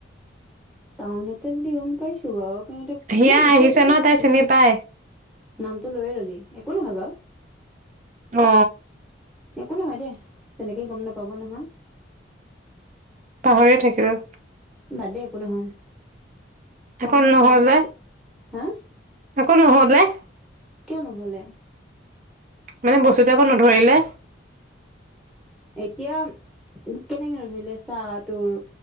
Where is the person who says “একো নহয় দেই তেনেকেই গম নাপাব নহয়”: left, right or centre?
Centre